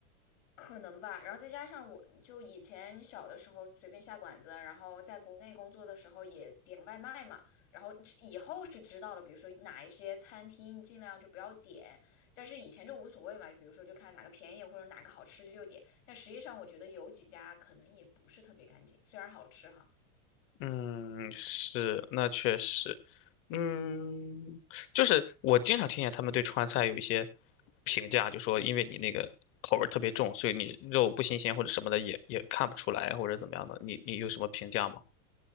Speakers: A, on the left; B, on the left.
A: 可能吧，然后再加上我就以前小的时候随便下馆子，然后在国内工作的时候也点外卖嘛，然后以后是知道了，比如说哪一些餐厅尽量就不要点，但是以前就无所谓嘛，比如说就看哪个便宜或者哪个好吃就点，但实际上我觉得有几家可能也不是特别干净，虽然好吃哈。
B: 嗯，是，那确实，嗯，就是我经常听见他们对川菜有一些评价，就说因为你那个口味儿特别重，所以你肉不新鲜或者什么的也也看不出来或者怎么样的，你你有什么评价吗？